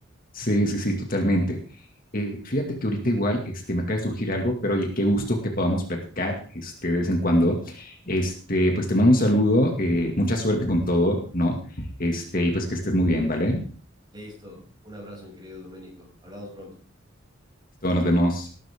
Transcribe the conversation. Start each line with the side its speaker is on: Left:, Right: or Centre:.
Left: Sí, sí, sí, totalmente. Eh, fíjate que ahorita igual este, me acaba de surgir algo, pero oye, qué gusto que podamos platicar este, de vez en cuando. Este, pues te mando un saludo, eh, mucha suerte con todo, ¿no? Este, y pues que estés muy bien, ¿vale?
Right: Listo. Un abrazo, mi querido Doménico. Hablamos pronto.
Left: Todos nos vemos.